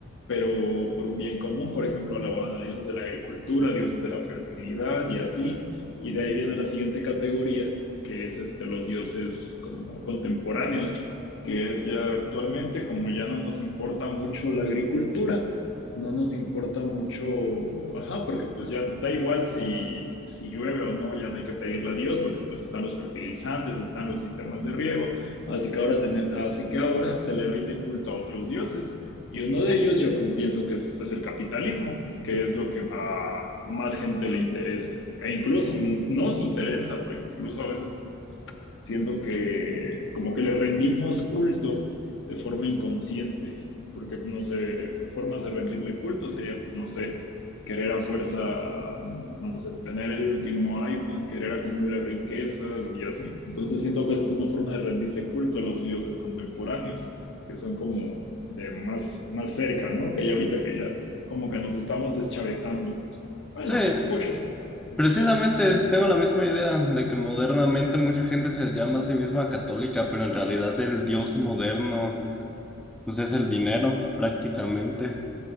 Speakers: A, on the left; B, in the centre.
A: pero por un bien común, por ejemplo, alababan a dioses de la agricultura, dioses de la fertilidad y así, y de ahí viene la siguiente categoría, que es este, los dioses como contemporáneos, que es ya actualmente, como ya no nos importa mucho la agricultura, no nos importa mucho, ajá, porque pues ya da igual si, si llueve o no, ya no hay que pedirle a Dios, porque pues están los fertilizantes, están los sistemas de riego, así que ahora, tener, así que ahora se le rinde culto a otros dioses, y uno de ellos yo pienso que es pues el capitalismo, que es lo que a más gente le interesa e incluso nos interesa, pues, incluso a veces siento que como que le rendimos culto de forma inconsciente, porque no sé, formas de rendirle culto sería, pues no sé, querer a fuerza, no sé, tener el último iPhone, querer acumular riquezas y así. Entonces siento que esa es una forma de rendirle culto a los dioses contemporáneos, que son como de más, más cerca, ¿no? Que ya ahorita que ya como que nos estamos deschavetando. Bueno,
B: Sí,
A: muchos.
B: Precisamente
A: Y así.
B: tengo la misma idea de que modernamente mucha gente se llama a sí misma católica, pero en realidad el dios moderno pues es el dinero prácticamente.